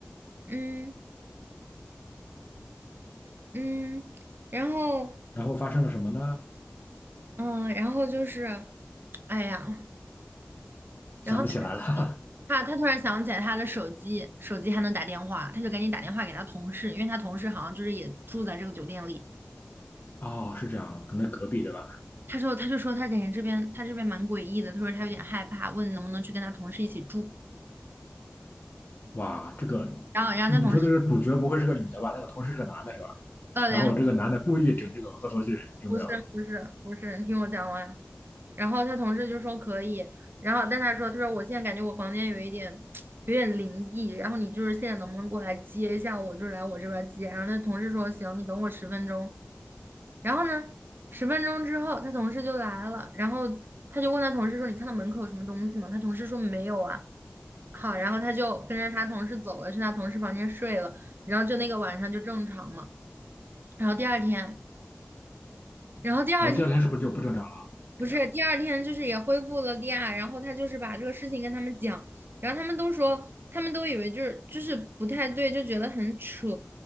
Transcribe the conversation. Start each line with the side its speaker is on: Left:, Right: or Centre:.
Right: 嗯嗯，然后
Left: 然后发生了什么呢？
Right: 嗯，然后就是，哎呀，
Left: 想不起来了。
Right: 然后他他突然想起来他的手机，手机还能打电话，他就赶紧打电话给他同事，因为他同事好像就是也住在这个酒店里。
Left: <laughs> 哦，是这样，可能隔壁对吧？
Right: 他说他就说他感觉这边他这边蛮诡异的，他说他有点害怕，问能不能去跟他同事一起住。
Left: 哇，这个
Right: 然后，然后他同事
Left: 你说的这个主角不会是个女的吧？那个同事是个男的，是吧？
Right: 呃两
Left: 然后这个男的故意整这个恶作剧，有没有？
Right: 不是不是不是，你听我讲完。然后他同事就说可以，然后但他说他说我现在感觉我房间有一点 <tsk> 有点灵异，然后你就是现在能不能过来接一下我，就是来我这边接。然后他同事说行，你等我十分钟。然后呢，十分钟之后，他同事就来了，然后他就问他同事说：“你看到门口有什么东西吗？”他同事说：“没有啊。”好，然后他就跟着他同事走了，去他同事房间睡了，然后就那个晚上就正常了。然后第二天，然后第二天
Left: 然后第二天是不是就不正常了？
Right: 不是，
Left: 这样，
Right: 第二天就是也恢复了利亚，然后他就是把这个事情跟他们讲，然后他们都说，他们都以为就是就是不太对，就觉得很扯。